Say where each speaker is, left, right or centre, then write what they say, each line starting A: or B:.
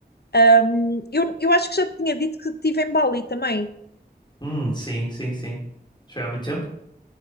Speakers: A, on the left; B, on the left.
A: Ahm, eu, eu acho que já te tinha dito que estive em Bali também.
B: Hum, sim, sim, sim. Já foi há muito tempo?